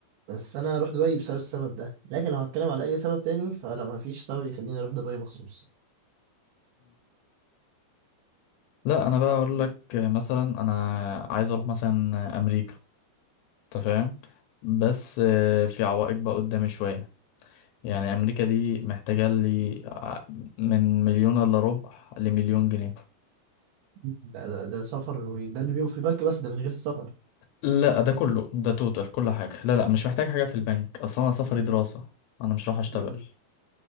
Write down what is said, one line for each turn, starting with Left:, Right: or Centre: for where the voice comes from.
Right: بس انا اروح دبي بسبب السبب ده لكن لو هتكلم على اي سبب تاني فلا ما فيش سبب يخليني اروح دبي مخصوص
Left: لا انا بقى اقول لك مثلا انا عايز اروح مثلا امريكا انت فاهم بس آه، في عوائق بقى قدامي شويه يعني امريكا دي محتاجه لي ع- من مليون الا ربع لمليون جنيه
Right: ده, ده, ده سفر وده اللي بيبقى في البنك بس ده من غير السفر
Left: لا ده كله ده توتال كل حاجه لا لا مش محتاج حاجه في البنك اصلا انا سفري دراسه انا مش راح اشتغل
Right: امم